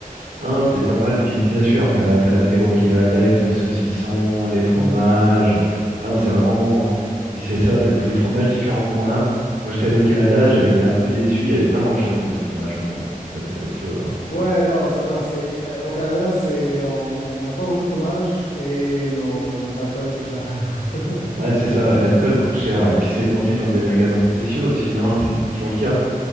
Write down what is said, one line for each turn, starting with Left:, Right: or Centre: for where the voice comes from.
Right: Non, c'était pas mal. Puis bien sûr, t'as la- t'as l'apéro qui va avec, le saucisson, les fromages.
Left: Mhm.
Right: Ah non, c'est vraiment bon, hein. Puis c'est ça, t'as tous les fromages différents qu'on a. Quand j'étais allé au Canada, j'avais été un peu déçu, il n'y avait pas grand-chose niveau fromage, mais bon, ça c'est autre chose, hein.
Left: Ouais, non, ça va, c'est euh, au Canada, c'est on on- on n'a pas beaucoup de fromage et nos- notre alcool coûte cher. <laughs>
Right: Ouais, c'est ça, l'alcool coûte cher, ouais. Puis c'est vendu dans des magasins spéciaux aussi, non? C'est c'est toujours le cas.